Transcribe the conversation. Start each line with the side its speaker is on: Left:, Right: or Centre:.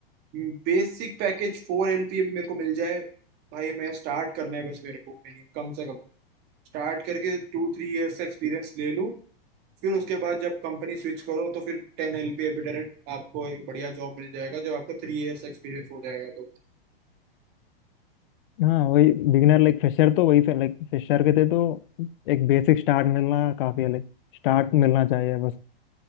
Right: बेसिक पैकेज फोर एलपीए भी मेरे को मिल जाए भाई मैं स्टार्ट करना है बस मेरे को मिनिमम कम से कम स्टार्ट करके टू थ्री इयर्स का एक्सपीरियंस ले लूँ फिर उसके बाद जब कंपनी स्विच करो तो फिर टेन एल पी ए पे डायरेक्ट आपको एक बढ़िया जॉब मिल जाएगा जब आपका थ्री इयर्स एक्सपीरियंस हो जाएगा तो
Left: हाँ वही बिगिनर लाइक फ्रेशर तो वही लाइक फ्रेशर के थे तो एक बेसिक स्टार्ट मिलना काफी है लाइक स्टार्ट मिलना चाहिए बस